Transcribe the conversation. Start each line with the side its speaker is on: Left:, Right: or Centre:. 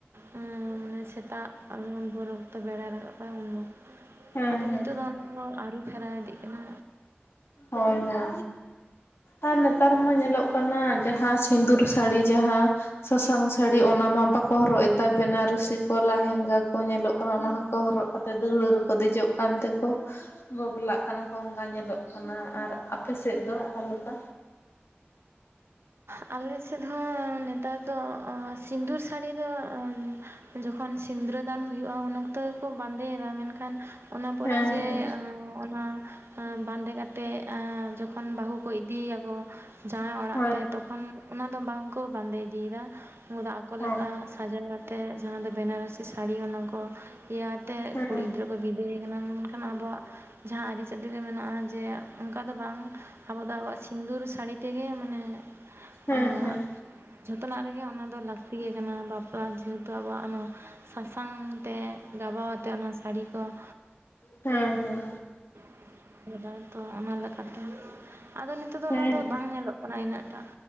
Right: ᱮᱸᱻ ᱢᱟᱱᱮ ᱥᱮᱛᱟᱜ ᱵᱷᱳᱨ ᱚᱠᱛᱚ ᱵᱮᱲᱟᱭ ᱨᱟᱠᱟᱵ ᱩᱱ
Left: ᱦᱮᱸ
Right: ᱟᱫᱚ
Left: ᱦᱮᱸ
Right: ᱱᱤᱛᱚᱜ ᱫᱚ ᱚᱱᱟ ᱫᱚ ᱟᱹᱨᱩ ᱯᱷᱮᱨᱟᱣ ᱤᱫᱤᱜ ᱠᱟᱱᱟ᱾
Left: ᱦᱳᱭ ᱦᱚᱭ᱾ ᱟᱨ ᱱᱮᱛᱟᱨ ᱢᱟ ᱧᱮᱞᱚᱜ ᱠᱟᱱᱟ, ᱡᱟᱦᱟᱸ ᱥᱤᱸᱫᱩᱨ ᱥᱟᱹᱲᱤ ᱡᱟᱦᱟᱸ ᱥᱟᱥᱟᱝ ᱥᱟᱹᱲᱤ ᱚᱱᱟ ᱢᱟ ᱵᱟᱠᱚ ᱦᱚᱨᱚᱜ ᱮᱫᱟ ᱵᱮᱱᱟ ᱨᱩᱥᱤ ᱠᱚ ᱞᱟᱦᱮᱝᱜᱟ ᱠᱚ ᱧᱮᱞᱚᱜ ᱠᱟᱱᱟ ᱚᱱᱟ ᱦᱚᱸ <inaudible> ᱠᱚ ᱦᱚᱨᱚᱜ ᱠᱟᱛᱮ ᱫᱟᱹᱣᱲᱟᱹ ᱨᱮᱠᱚ ᱫᱮᱡᱚᱜ ᱠᱟᱱ ᱛᱮᱠᱚ ᱵᱟᱯᱞᱟᱜ ᱠᱟᱱᱟ᱾ <inaudible> ᱧᱮᱞᱚᱜ ᱠᱟᱱᱟ ᱟᱨ, ᱟᱯᱮ ᱥᱮᱫ ᱫᱚ ᱚᱠᱟ ᱞᱮᱠᱟ?
Right: ᱟᱞᱮ ᱥᱮᱫ ᱦᱚᱸ ᱱᱮᱛᱟᱨ ᱫᱚ, ᱚᱸ ᱥᱤᱸᱫᱩᱨ ᱥᱟᱹᱲᱤ ᱫᱚ ᱚᱸ ᱡᱚᱠᱷᱚᱱ ᱥᱤᱸᱫᱽᱨᱟᱹ ᱫᱟᱱ ᱦᱩᱭᱩᱜᱼᱟ ᱩᱱ ᱚᱠᱛᱚ ᱜᱮᱠᱚ ᱵᱟᱸᱫᱮᱭᱮᱫᱟ ᱢᱮᱱᱠᱷᱟᱱ ᱚᱱᱟ ᱯᱚᱨᱮ
Left: ᱦᱮᱸ
Right: ᱡᱮ
Left: ᱦᱮᱸ
Right: ᱮᱸ ᱚᱱᱟ ᱵᱟᱸᱫᱮ ᱠᱟᱛᱮᱫ, ᱮᱸ ᱡᱚᱠᱷᱚᱱ ᱵᱟᱹᱦᱩ ᱠᱚ ᱤᱫᱤᱭᱮᱭᱟᱠᱚ ᱡᱟᱣᱟᱭ ᱚᱲᱟᱜ
Left: ᱦᱳᱭ
Right: ᱛᱮ ᱛᱚ <inaudible> ᱠᱷᱚᱱ ᱚᱱᱟ ᱫᱚ ᱵᱟᱝᱠᱚ ᱵᱟᱸᱫᱮ ᱤᱫᱤᱭᱮᱫᱟ, ᱩᱱ <inaudible> ᱫᱚ ᱟᱠᱚ ᱞᱮᱠᱟ
Left: ᱦᱮᱸ
Right: ᱦᱟᱡᱟᱨ <inaudible> ᱟᱛᱮᱫ, ᱡᱟᱦᱟᱸ ᱫᱚ ᱵᱮᱱᱟᱨᱥᱤ ᱥᱟᱹᱲᱤ ᱚᱱᱟ ᱠᱚ ᱤᱭᱟᱹ‌ ᱟᱛᱮᱫ
Left: ᱦᱮᱸ
Right: ᱠᱩᱲᱤ ᱜᱤᱫᱽᱨᱟᱹ ᱠᱚ ᱵᱤᱫᱟᱹᱭᱮ ᱠᱟᱱᱟ, ᱢᱮᱱᱠᱷᱟᱱ ᱟᱵᱚᱣᱟᱜ ᱡᱟᱦᱟᱸ ᱟᱹᱨᱤᱪ <inaudible> ᱪᱟᱹᱰᱤᱨᱮ <inaudible> ᱢᱮᱱᱟᱜᱼᱟ ᱡᱮ ᱚᱱᱠᱟ ᱫᱚ, ᱵᱟᱝ ᱟᱵᱚ ᱫᱚ ᱟᱵᱚᱣᱟᱜ ᱥᱤᱸᱫᱩᱨ ᱥᱟᱹᱲᱤ ᱛᱮᱜᱮ ᱢᱟᱱᱮ
Left: ᱦᱮᱸ
Right: ᱟᱸᱻᱜ
Left: ᱦᱮᱸ
Right: ᱡᱷᱚᱛᱚᱱᱟᱜ ᱨᱮᱜᱮ ᱚᱱᱟ ᱫᱚ ᱞᱟᱹᱠᱛᱤ ᱜᱮ ᱠᱟᱱᱟ, ᱵᱟᱯᱞᱟ ᱡᱮᱦᱮᱛᱩ ᱟᱵᱚᱣᱟᱜ ᱱᱚᱣᱟ ᱥᱟᱥᱟᱝ ᱛᱮ ᱜᱟᱵᱟᱣ ᱟᱛᱮ ᱚᱱᱟ ᱥᱟᱹᱲᱤ ᱠᱚ
Left: ᱦᱮᱸ ᱦᱮᱸ᱾
Right: <unintelligible> ᱚᱱᱟ ᱞᱮᱠᱟᱛᱮ, ᱟᱫᱚ ᱱᱤᱛᱚᱜ ᱫᱚ
Left: ᱦᱮᱸ
Right: ᱚᱱᱟ ᱫᱚ ᱵᱟᱝ ᱧᱮᱞᱚᱜ ᱠᱟᱱᱟ ᱤᱱᱟᱹᱜ ᱴᱟᱜ